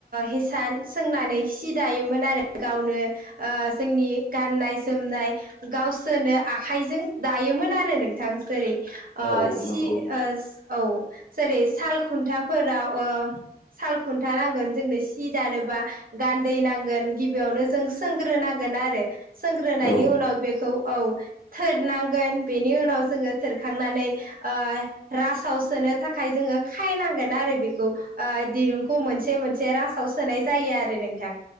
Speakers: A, on the right; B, on the left.
A: हेसान सोंनानै सि दायो मोन आरो गावनो ओ जोंनि गाननाय जोमनाय गावसोरनो आखाइजों दायोमोन आरो नोंथां जेरै ओ
B: औ
A: सि
B: नंगौ
A: ओस औ जेरै साल खुन्था फोराव औ साल खुन्था नांगोन जोंनो सि दानोबा गान्दै नांगोन गिबियाव नो जों सोग्रोनांगोन आरो सोंग्रोनायनि
B: औ
A: उनाव बेखौ औ थोरनांगोन बेनि उनाव जोङो थोरखांनानै ओ रासाव सोनो थाखाय जोङो खायनांगोन आरो बेखौओ दिरुंखौ मोन से मोनसे रासोआव सोनाय जायो आरो नोंथां